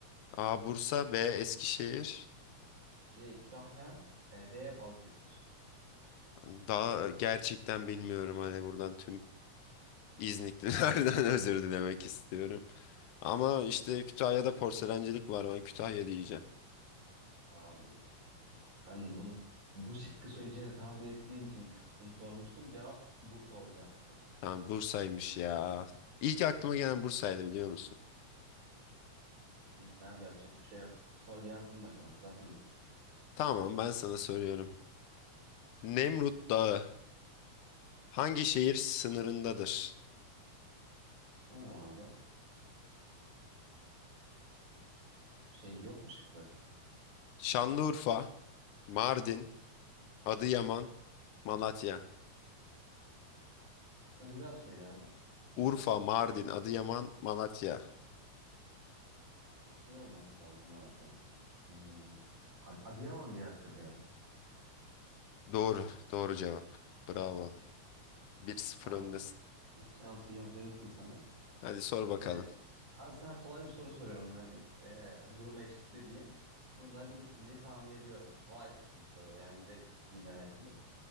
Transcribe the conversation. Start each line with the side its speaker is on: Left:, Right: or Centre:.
Left: A. Bursa, B. Eskişehir.
Right: C. Kütahya, e, D. Balıkesir.
Left: Daha e, gerçekten bilmiyorum hani buradan tüm İzniklilerden <laughs> özür dilemek istiyorum. Ama işte Kütahya'da porselencilik var ben Kütahya diyeceğim.
Right: Abi ben bunu bu şıkkı söyleyeceğini tahmin ettiğim için bunu sormuştum. Cevap Bursa olacaktı.
Left: Tamam Bursa'ymış ya. İlk aklıma gelen Bursa'ydı biliyor musun?
Right: Neyse abi yapacak bir şey yok. Sor gelsin bakalım sıra senin.
Left: Tamam ben sana soruyorum. Nemrut Dağı hangi şehir sınırındadır?
Right: Tamam abi. Şey yok mu şıkları?
Left: Şanlıurfa, Mardin, Adıyaman, Malatya.
Right: Şıkları bir daha söyle abi.
Left: Urfa, Mardin, Adıyaman, Malatya.
Right: Şey olması lazım abi ya. Hmm. Ad- Adıyaman diye hatırlıyorum.
Left: Doğru, doğru cevap. Bravo. bir sıfır
Right: Abi
Left: öndesin.
Right: hiç şansın yok demiştim sana.
Left: Hadi sor bakalım.
Right: Ee, abi sana kolay bir soru soruyorum ben. Ee, durumu eşitli diye. Bunu da bilirsin diye tahmin ediyorum. Kolay bir soru yani direkt ismiyle alakalı.